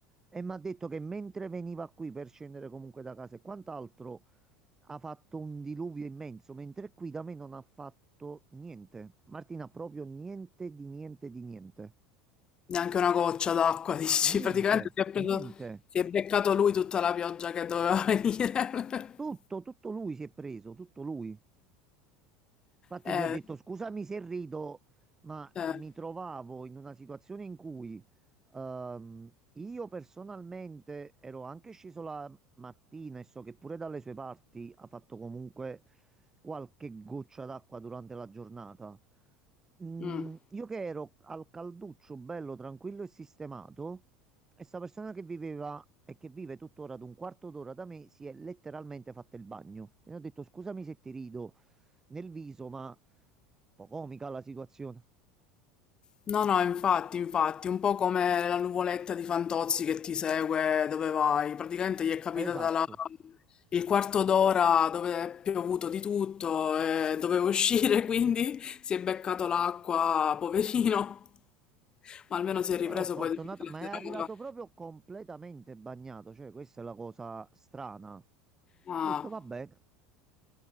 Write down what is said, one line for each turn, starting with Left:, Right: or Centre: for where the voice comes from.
Right: E mi ha detto che mentre veniva qui per scendere comunque da casa e quant'altro, ha fatto un diluvio immenso, mentre qui da me non ha fatto niente. Martina, proprio niente di niente di niente.
Left: Neanche una goccia d'acqua, <laughs> dici?
Right: Niente,
Left: Praticamente si è preso,
Right: niente.
Left: si è beccato lui tutta la pioggia che doveva <laughs> venire.
Right: Tutto, tutto lui si è preso, tutto lui. Infatti
Left: <laughs>
Right: gli ho detto
Left: Eh,
Right: scusami se rido, ma
Left: Eh,
Right: mi trovavo in una situazione in cui ehm, io personalmente ero anche sceso la mattina e so che pure dalle sue parti ha fatto comunque qualche goccia d'acqua durante la giornata. Mm,
Left: mm.
Right: io che ero al calduccio, bello, tranquillo e sistemato, e sta persona che viveva e che vive tuttora ad un quarto d'ora da me si è letteralmente fatta il bagno. Quindi ho detto scusami se ti rido nel viso, ma un po' comica la situazione.
Left: No, no, infatti, infatti, un po' come la nuvoletta di Fantozzi che ti segue dove vai. Praticamente gli è capitata
Right: Esatto.
Left: la- il quarto d'ora dove è piovuto di tutto e doveva uscire, <laughs> quindi si è beccato l'acqua, poverino, ma almeno si è
Right: Però
Left: ripreso
Right: fortunata,
Left: poi durante
Right: ma è arrivato
Left: la serata.
Right: proprio completamente bagnato, cioè questa è la cosa strana. Ho
Left: Ah,
Right: detto va bene,